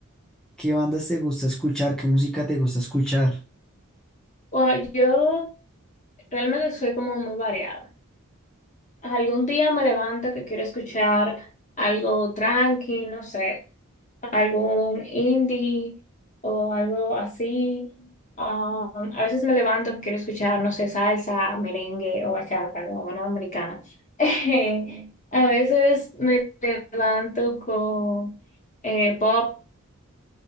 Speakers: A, in the centre; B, on the left (about 35°).
A: ¿Qué bandas te gusta escuchar? ¿Qué música te gusta escuchar?
B: Bueno, yo realmente soy como muy variada. Algún día me levanto que quiero escuchar algo tranqui, no sé. algún indie o algo así. Um, a veces me levanto, quiero escuchar, no sé, salsa, merengue o bachata, como una dominicana. <laughs> Eh, a veces me levanto con eh, pop,